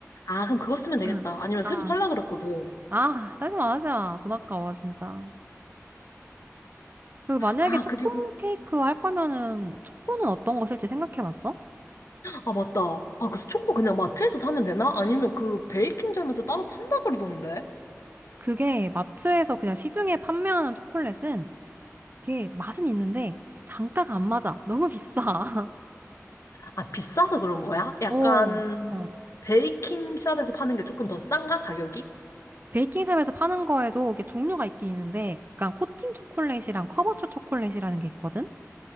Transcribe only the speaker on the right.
응.
아,
아, 하지 마, 하지 마. 돈 아까워, 진짜. 그 만약에
초코
케이크 할 거면은 초코는 어떤 거 쓸지 생각해 봤어?
그게 마트에서 그냥 시중에 판매하는 초콜릿은 이게 맛은 있는데 단가가 안 맞아. 너무 비싸.
<laughs> 어. 어.
베이킹샵에서 파는 거에도 이게 종류가 있긴 있는데 약간 코팅 초콜릿이랑 커버초 초콜릿이라는 게 있거든?